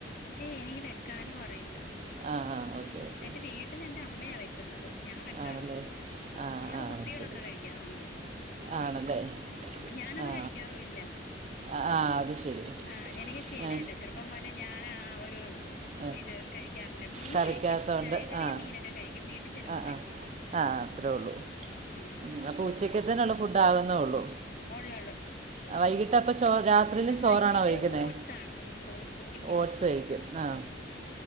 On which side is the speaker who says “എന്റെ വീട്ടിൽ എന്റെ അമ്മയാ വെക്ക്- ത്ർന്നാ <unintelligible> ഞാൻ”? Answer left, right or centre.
Left